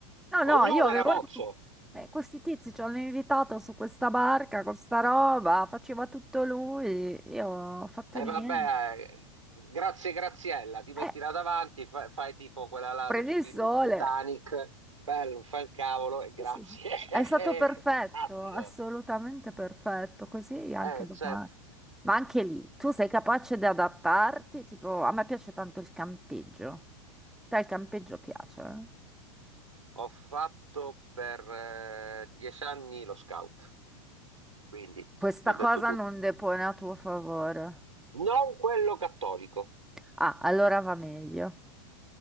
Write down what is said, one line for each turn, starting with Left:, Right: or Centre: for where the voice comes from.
Centre: No,
Right: ognuno
Centre: no, io avevo...
Right: era mozzo.
Centre: eh, questi tizi ci hanno invitato su questa barca con sta roba, faceva tutto lui, io ho fatto
Right: E
Centre: niente.
Right: vabbè, eh, grazie Graziella, ti metti
Centre: Eh,
Right: là davanti, fa- fai tipo quella là
Centre: prendi
Right: del film
Centre: il sole.
Right: di Titanic, bello, non fa un cavolo e grazie,
Centre: Sì, sì.
Right: <laughs>
Centre: È stato perfetto,
Right: fantastico.
Centre: assolutamente perfetto, così anche
Right: Eh,
Centre: domani.
Right: certo.
Centre: Ma anche lì, tu sei capace di adattarti? Tipo, a me piace tanto il campeggio. Te il campeggio piace? eh?
Right: Ho fatto per eh, dieci anni lo scout, quindi
Centre: Questa
Right: ho detto
Centre: cosa
Right: tutto.
Centre: non depone a tuo favore.
Right: Non quello cattolico.
Centre: Ah, allora va meglio.